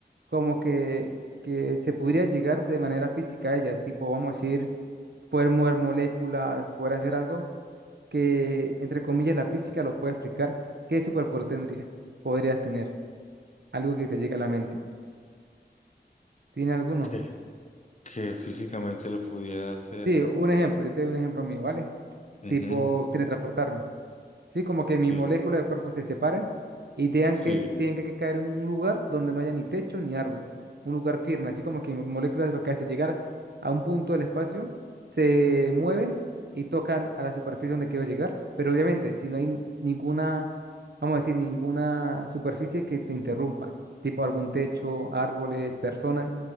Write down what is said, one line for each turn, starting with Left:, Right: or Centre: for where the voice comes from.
Right: como que, que se pudiera llegar de manera física a ellas, tipo, vamos a decir, poder mover moléculas, poder hacer algo que, entre comillas, la física lo puede explicar. ¿Qué superpoder tendrías? Podrías tener algo que te llegue a la mente. ¿Tiene alguno?
Left: que, que físicamente lo pudiera hacer.
Right: Sí, un ejemplo, yo te doy un ejemplo mío, ¿vale?
Left: Ujú,
Right: Tipo, teletransportarme. Sí, como que mis
Left: Sí,
Right: moléculas del cuerpo se separen y tengan
Left: sí.
Right: que, tienen que caer en un lugar donde no haya ni techo ni árboles, un lugar firme, así como que mis moléculas lo que hace llegar a un punto del espacio, se mueven y tocan a la superficie donde quiero llegar, pero obviamente si no hay ninguna, vamos a decir, ninguna superficie que te interrumpa, tipo algún techo, árboles, personas,